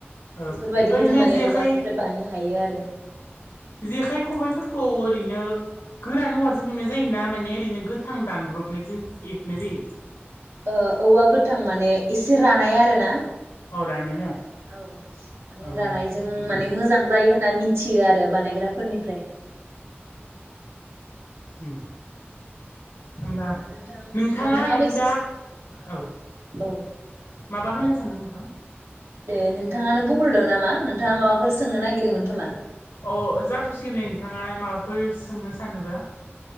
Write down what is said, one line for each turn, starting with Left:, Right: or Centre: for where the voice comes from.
Left: औ
Right: बेफोरबायदिखो
Left: ओरैनो
Right: जों माने
Left: जेखाइ
Right: औवानिफ्राय बानायनो हायो आरो।
Left: जेखाइ खबाइफोरखौ ओरैनो गोरान औवाजों हेबनाय जायो ना माने ओरैनो गोथां दानब्रबनायजों हेबनाय जायो?
Right: ओ औवा गोथां माने इसे रानाय आरो ना।
Left: अ रानाय ना
Right: ओम औ माने
Left: औ
Right: रानायजों माने मोजां जायो होनना मिन थियो आरो बानायग्राफोरनिफ्राय।
Left: उम होमबा
Right: ओ नोंथां
Left: नोंथाङा
Right: नोंथाङाबो
Left: ओरैनो
Right: एसे
Left: दा औ।
Right: औ।
Left: माबा होननो सानदों नोंथां?
Right: दे नोंथाङानो बुंग्रोदों नामा नोंथाङा माबाफोर सोंनो नागिरदोंमोन खोमा।
Left: अ जाथ'सिगोन दे नोंथाङा माबाफोर सोंनो सानोब्ला